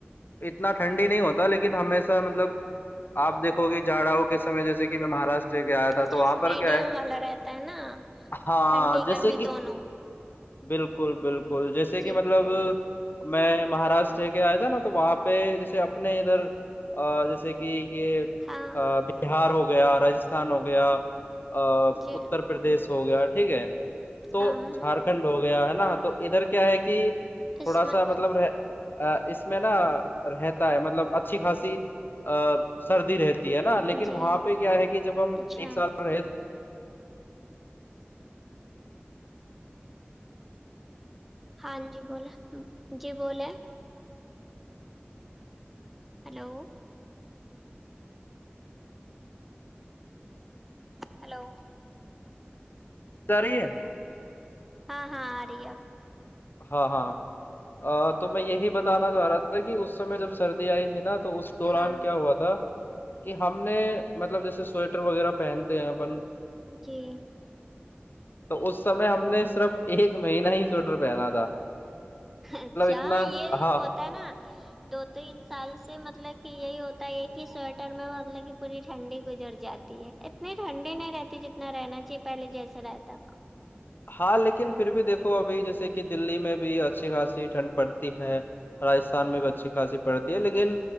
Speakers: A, on the left; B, in the centre.
A: اتنا ٹھنڈی نہیں ہوتا لیکن ہمیشہ مطلب آپ دیکھو گے جھاڑوں کے سمے جیسے کہ میں مہاراشٹر کے آیا تھا تو
B: جیسے
A: وہاں پر
B: میڈیم
A: کیا ہے
B: والا رہتا ہے نا
A: ہاں
B: ٹھنڈی
A: جیسے
B: گرمی
A: کہ
B: دونوں
A: بالکل بالکل جیسے
B: جی
A: کہ مطلب میں مہاراشٹر کے آیا تھا نا تو وہاں پہ جیسے اپنے ادھر جیسے کہ یہ
B: ہاں
A: بہار ہوگا گیا راجستھان ہو گیا ا
B: جی
A: اتر پرردیش س ہو گیا ٹھیک ہے تو
B: ہاں ہاں
A: جھارکھنڈ ہو گیا ہے تو ادھر کیا ہے کہ تھوڑا
B: اس میں
A: سا مطلب رہ ا اس میں نا رہتا ہے مطلب اچھی خاصی ا <inaudible> سردی رہتی ہے نا لیکن
B: جی
A: وہاں پہ کیا ہے کہ جب ہم
B: اچھا
A: ایک سال رہ
B: ہاں جی بولیں جی بولے ہلو ہلو
A: ج رہی ہے
B: ہاں ہاں آ رہی ہے ابھی
A: ہاں ہاں تو میں یہی بتانا چاہ رہا تھا کہ اس سمے جب سردی آئی تھی نا تو اس دوران
B: ہاں
A: کیا ہوا تھا کہ ہم نے مطلب جیسے سویٹر وغیرہ پہنتے ہیں اپن
B: جی
A: تو اس سمے ہم نے صرف ایک مہینہ ہی سوٹ رہا بہنا تھا
B: اچھا
A: اتنا
B: یہ
A: ہاں
B: ہوتا ہے نا دو تین سال سے مطلب کہ یہی ہوتا ہے کہ سویٹر میں مطلب کہ پوری ٹھنڈی گزر جاتی ہے اتنی ٹھنڈی نہیں رہتی جتنا رہنا چاہیے پہلے جیسے رہتا تھا
A: ہاں لیکن پھر بھی دیکھو ابھی جیسے کہ دللی میں بھی اچھی خاصی ٹھنڈ پڑتی ہے راجستھان میں بھی اچھی خاصی پڑتی ہے لیکن